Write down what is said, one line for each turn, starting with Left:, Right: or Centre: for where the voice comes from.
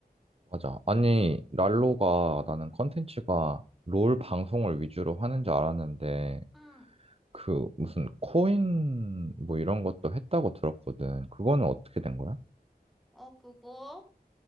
Right: 맞아. 아니 랄로가 나는 컨텐츠가 롤 방송을 위주로 하는 줄 알았는데.
Centre: 응,
Right: 그 무슨 코인 뭐 이런 것도 했다고 들었거든. 그거는 어떻게 된 거야?
Centre: 어 그거